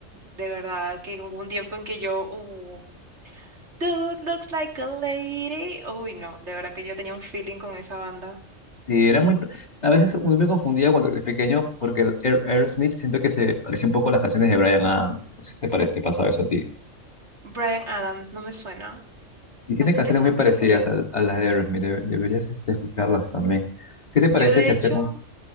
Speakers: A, on the right (about 60°); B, on the left (about 35°).
A: de verdad, que hubo un tiempo en que yo, uh, Dude looks like a lady. Uy, no, de verdad que yo tenía un feeling con esa banda.
B: Sí, era muy... A veces uno me confundía cuando era pequeño porque el Air- Aerosmith siento que se parecía un poco a las canciones de Bryan Adams. No sé si te, pare- te pasaba eso a ti.
A: Bryan Adams no me suena,
B: Y tiene
A: así
B: canciones
A: que no,
B: muy
A: no
B: parecidas
A: te sabría decir.
B: a, a las de Aerosmith. debe- deberías este, escucharlas también. ¿Qué te parece
A: Yo, de
B: si
A: hecho,
B: hacemos...